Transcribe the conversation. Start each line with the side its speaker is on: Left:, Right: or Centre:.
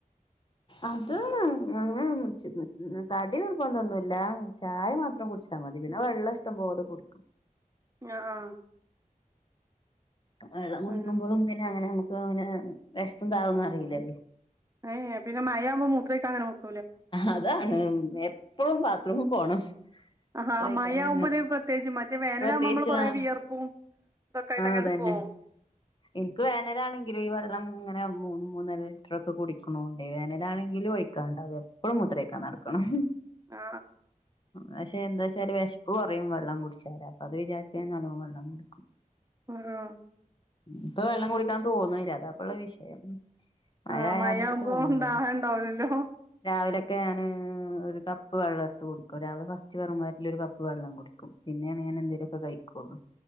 Left: അത് <unintelligible> കടി നിർബന്തൊന്നുല്ല ചായ മാത്രം ഇത്രം കുടിച്ചാൽ മതി പിന്നെ വെള്ളം ഇഷ്ടംപലെ കുടിക്കും
Right: ആഹ് ആഹ്
Left: ഉം വെള്ളം കുടിക്കുമ്പോഴും
Right: അങ്ങനെ
Left: പിന്നെ അങ്ങനെ അപ്പം അങ്ങനെ വിഷപ്പും ദാഹവും അറിയില്ലല്ലോ
Right: ഏ ഏ പിന്നെ മഴയാവുമ്പോ മൂത്രയ്ക്ക് അങ്ങനെും മു
Left: അതാണ് എപ്പഴും ബാത്റൂമ് പോണം
Right: ആഹ്
Left: ത്രയിക്കാനന്നെ
Right: മയകുമ്പോല് പ്രത്യേകിച്ച് മറ്റ് വേനല്
Left: പ്രത്യേകിച്ച്
Right: ആകുമ്പോ നമ്മൾ കൊറേ
Left: ആഹ്
Right: വിയർപ്പും ഇതൊക്കെ ആയിട്ട് അങ്ങോട്ട്
Left: അതന്നെ
Right: പോവും
Left: എനിക്ക് വേനല് ആണെങ്കിലും വെള്ളം ഇങ്ങനെ മൂന്ന് മൂന്നര ലിറ്ററൊക്കെ കുടിക്കണോണ്ടേ വേനലണെങ്കീലും ഒഴിക്കാണ്ടും എപ്പഴും മുത്രം ഒയ്ക്കണം നടക്കണം
Right: ആ
Left: പക്ഷെ എന്താ വച്ചാല് വെശപ്പ് കുറയും വെള്ളം കുടിച്ചാ അപ്പൊ അത് വിചാരിച്ച് ഞാൻ നല്ലോണം വെള്ളം കുടിക്കും
Right: ആഹ് ആഹ്
Left: ഇപ്പൊ വെള്ളം കുടിക്കാൻ തോന്നണില്ല അതാപ്പ ഉള്ള വിഷയം മഴ
Right: ആ
Left: ആയാ
Right: മഴയാവുമ്പോ
Left: അമക്ക് തോന്നൂല
Right: ദാഹം ഉണ്ടാവൂലല്ലോ
Left: രാവിലെ ക്കെ ഞാന് ഒരു കപ്പ് വെള്ളം എടുത്ത് കുടിക്കു രാവിലെ ഫസ്റ്റ് വെറും വയറ്റില് ഒരു കപ്പ് വെള്ളം കുടിക്കും പിന്നെയാണ് ഞാൻ എന്തേലുക്കെ കഴിക്കുള്ളൂ